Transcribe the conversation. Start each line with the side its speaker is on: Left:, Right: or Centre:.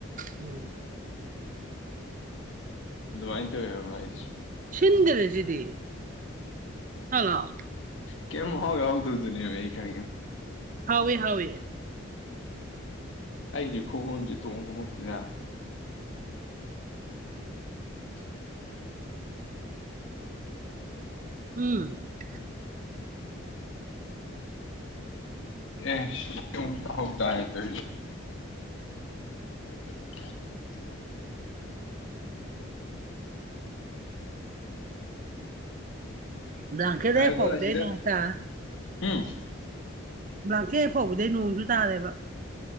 Right: ꯎꯝ
Left: ꯑꯗꯨꯃꯥꯏꯅ ꯇꯋꯦꯕꯗꯤ
Right: ꯁꯤꯟꯗ꯭ꯔꯦꯁꯤꯗꯤ ꯍꯜꯂꯣ
Left: ꯀꯦꯝ ꯍꯧꯒ ꯍꯧꯗ ꯅꯌꯥ ꯃ ꯈꯥꯏꯦ
Right: ꯍꯥꯎꯦ ꯍꯥꯎꯦ
Left: ꯑꯩꯁꯦ ꯈꯎꯝꯁꯦ ꯇꯣꯡꯕꯃꯨꯛꯇꯅꯦ <unintelligible>
Right: ꯎꯝ
Left: ꯑꯦ ꯍꯧ ꯇꯑ ꯇ <unintelligible>
Right: ꯂꯥꯡꯀꯦꯗ
Left: ꯍꯥꯏꯔꯒ
Right: ꯐꯧꯗꯅ
Left: ꯑꯁꯤꯗ
Right: ꯇ
Left: ꯎꯝ
Right: ꯂꯥꯡꯀꯦ ꯐꯥꯎꯕꯗꯩ ꯅꯣꯡꯁꯨ ꯇꯥꯔꯦꯕ